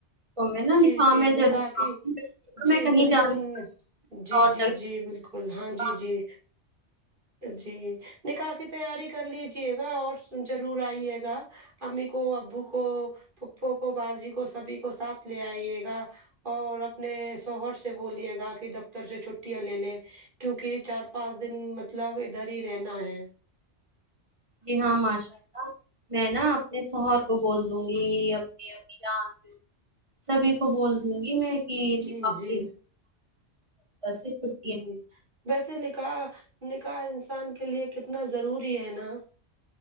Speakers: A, on the right; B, on the right.
A: تو میں نا
B: جی
A: نکاح
B: جی
A: میں
B: نکاح
A: زارور
B: کی
A: آؤں گی تو
B: جی
A: میں کہیں
B: بالکل
A: جانا
B: جی
A: اور
B: جی
A: جگہ
B: جی بالکل ہاں جی
A: کا-
B: جی جی نکاح کی تیاری کر لیجیے گا اور زارور آئیے گا امی کو ابو کو پھپو کو باجی کو سبھی کو ساتھ لے آئیے گا اور اپنے شوہر سے بولیے گا کہ دفتر سے چھٹیاں لے لے کیونکہ چار پانچ دن مطلب ادھر ہی رہنا ہے
A: جی ہاں ماشاء اللہ میں نا اپنے سوہر کو بول دوں گی اپنی امی جان سے سبھی کو بول دوں گی میں کہ
B: جی
A: آپس
B: جی
A: چھٹی ہے
B: <inaudible> ویسے نکاح نکاح انسان کے لیے کتنا ضروری ہے نا